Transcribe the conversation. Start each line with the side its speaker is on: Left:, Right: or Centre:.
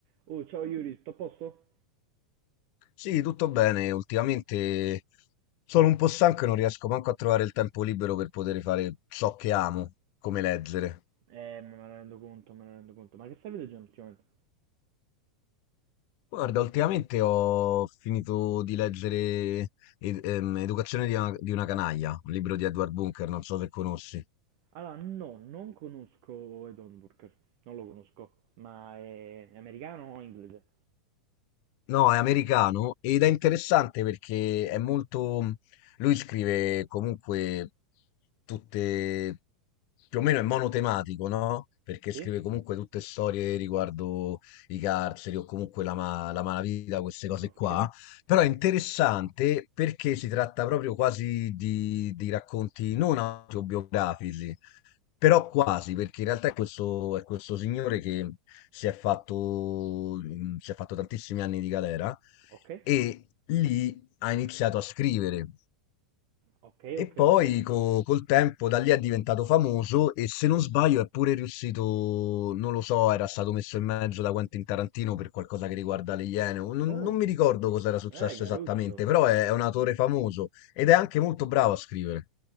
Right: Oh, ciao Yuri, tutto a posto?
Left: Sì, tutto bene. Ultimamente sono un po' stanco e non riesco manco a trovare il tempo libero per poter fare ciò che amo, come leggere.
Right: Eh, me ne rendo conto, me ne rendo conto. Ma che stai leggendo ultimamente?
Left: Guarda, ultimamente ho finito di leggere Ed- ehm, Educazione di una, di una canaglia, un libro di Edward Bunker, non so se conosci.
Right: Allora, no, non conosco Ed Burger, non lo conosco. Ma è è americano o inglese?
Left: No, è americano ed è interessante perché è molto... Lui scrive comunque tutte... più o meno è monotematico, no? Perché
Right: Sì?
Left: scrive comunque tutte storie riguardo i carceri o comunque la, ma- la malavita, queste cose
Right: Ok,
Left: qua. Però è interessante perché si tratta proprio quasi di, di racconti non autobiografici, però quasi, perché in realtà è questo, è questo signore che si è fatto, mm, si è fatto tantissimi anni di galera
Right: ok,
Left: e lì ha iniziato a scrivere.
Right: Ok,
Left: E
Right: ok,
Left: poi
Right: ok.
Left: co- col tempo da lì è diventato famoso e se non sbaglio è pure riuscito, non lo so, era stato messo in mezzo da Quentin Tarantino per qualcosa che riguarda le Iene. o Non,
Right: Oh,
Left: non mi ricordo cosa era successo
Right: eh, Garuccio.
Left: esattamente, però è, è un autore famoso ed è anche molto bravo a scrivere,